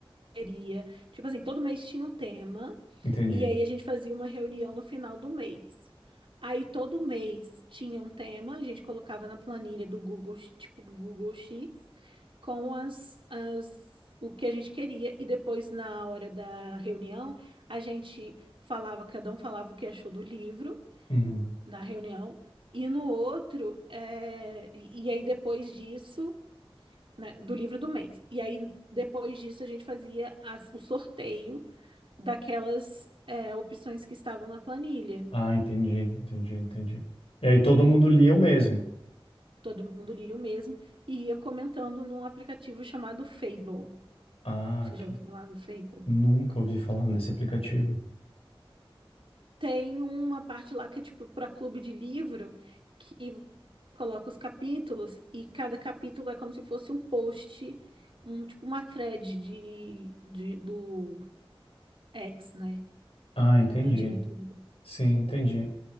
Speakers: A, on the right; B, on the left.
A: queria. Tipo assim, todo mês tinha um tema.
B: entendi.
A: E aí a gente fazia uma reunião no final do mês. Aí todo mês tinha um tema, a gente colocava na planilha do Google, tipo Google Sheets, com as, as o que a gente queria e depois na hora da reunião a gente falava, cada um falava o que achou do livro
B: Uhum.
A: na reunião e no outro é, e e aí depois disso, né, do livro do mês. E aí depois disso a gente fazia as, o sorteio daquelas é, opções que estavam na planilha.
B: Ah, entendi, entendi, entendi. E aí todo mundo lia o mesmo.
A: Todo mundo lia o mesmo e ia comentando num aplicativo chamado Fable.
B: Ah,
A: Você já
B: que...
A: ouviu falar do Fable?
B: nunca ouvi falar desse aplicativo.
A: Tem uma parte lá que é tipo para clube de livro que você coloca os capítulos e cada capítulo é como se fosse um post, um tipo uma thread de, de- do X, né?
B: Ah, entendi.
A: Antigo Twitter.
B: Sim, entendi.